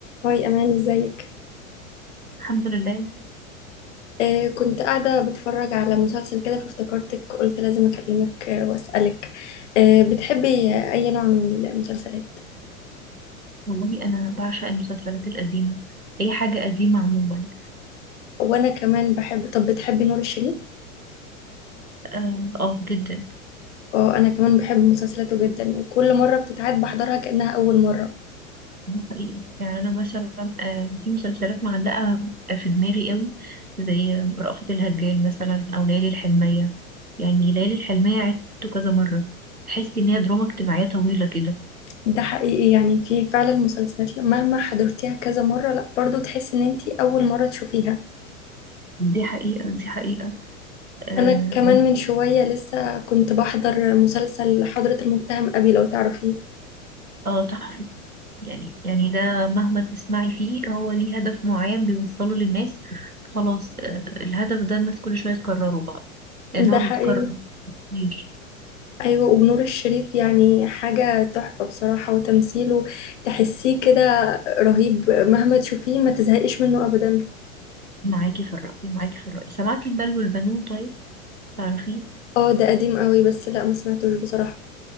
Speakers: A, on the left; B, on the right.
A: هاي أمان ازيك
B: الحمد لله
A: آه كنت قاعدة بتفرج على مسلسل كده فافتكرتك قلت لازم أكلمك آه وأسألك آه بتحبي آه، أي نوع من المسلسلات
B: والله انا بعشق المسلسلات القديمه اي حاجه قديمه عموما
A: وأنا كمان بحب طب بتحبي نور الشريف
B: اه آه، جدا
A: اه أنا كمان بحب مسلسلاته جدا وكل مرة بتتعاد بحضرها كأنها أول مرة
B: دي حقيقه يعني انا مثلا آه في مسلسلات معلقه في دماغي قوي زي رأفت الهجان مثلا او ليالي الحلميه يعني ليالي الحلميه عدته كذا مره تحس ان هي دراما اجتماعيه طويله كده
A: ده حقيقي يعني في فعلا مسلسلات مهما حضرتيها كذا مرة لا برضو تحسي إن أنتي أول مرة تشوفيها
B: دي حقيقه دي حقيقه اه
A: أنا كمان
B: عم-
A: من شوية لسه كنت بحضر مسلسل حضرة المتهم أبي لو تعرفيه
B: آه، تحفه يعني يعني ده مهما تسمعي فيه هو ليه هدف معين بيوصله للناس خلاص آه، الهدف ده الناس كل شوية تكرره بقى لأن
A: ده
B: هو
A: حقيقي
B: بيتكرر كتير
A: ايوه ونور الشريف يعني حاجة تحفة بصراحة وتمثيله تحسيه كده رهيب مهما تشوفيه ما تزهقيش منه ابدا
B: معاكي في الرأي معاكي في الرأي سمعتي المال والبنون طيب تعرفيه
A: اه ده قديم قوي بس لا ما سمعتوش بصراحة